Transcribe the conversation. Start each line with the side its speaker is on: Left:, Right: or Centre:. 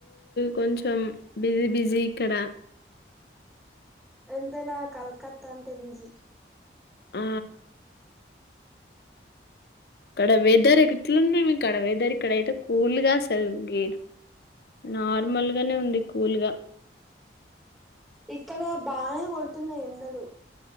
Left: కొంచెం బిజీ బిజీ ఇక్కడ
Centre: ఎంతేనా కలకత్తా అంటే బిజీ
Left: ఆ అక్కడ వెదర్ ఎట్లుండే మీకి ఆడ ఇక్కడ అయితే వెదర్ కూల్ గా అసల నార్మల్ గానే ఉంది కూల్ గా
Centre: ఇక్కడ బానే కొడుతున్నాయి ఎండలు